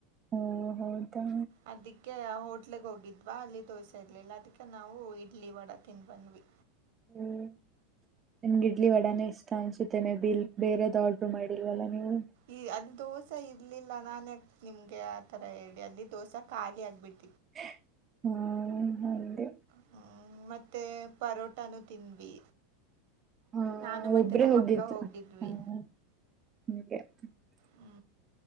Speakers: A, on the right; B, on the right.
A: ಓ ಹೌದಾ.
B: ಅದಕ್ಕೆ ಆ ಹೋಟ್ಲಗ್ ಹೋಗಿದ್ವ ಅಲ್ಲಿ ದೋಸೆ ಇರ್ಲಿಲ್ಲ ಅದಕ್ಕೆ ನಾವು ಇಡ್ಲಿ ವಡಾ ತಿಂದ್ ಬಂದ್ವಿ.
A: ಹ್ಮ್, ನಿಮ್ಗ್ ಇಡ್ಲಿ ವಡಾನೆ ಇಷ್ಟ ಅನ್ಸುತ್ತೆ ಮೇ ಬಿ ಇಲ್ ಬೇರೆದ್ ಆರ್ಡ್ರು ಮಾಡಿಲ್ವಲ್ಲ ನೀವು
B: ಈ ಅಲ್ಲ್ ದೋಸಾ ಇರ್ಲಿಲ್ ಲ್ಲ ನಾನ್ಯಾಕ್ ನಿಮ್ಗೆ ಆತರ ಹೇಳ್ಲಿ ಅಲ್ಲಿ ದೋಸಾ ಖಾಲಿ ಆಗ್ಬಿಟ್ಟ್
A: <unintelligible> ಹ್ಞಾಂ ಹಂಗೆ
B: ಹೂಂ ಮತ್ತೆ ಪರೋಟಾನು ತಿಂದ್ವಿ.
A: ಹಾ
B: ನಾನು ಮತ್ತೆ
A: ಒಬ್ರೇ
B: ನಮ್
A: ಹೋಗಿದ್ದ
B: ಅಕ್ಕ ಹೋಗಿದ್ವಿ.
A: ಹ <unintelligible>
B: ಹಾ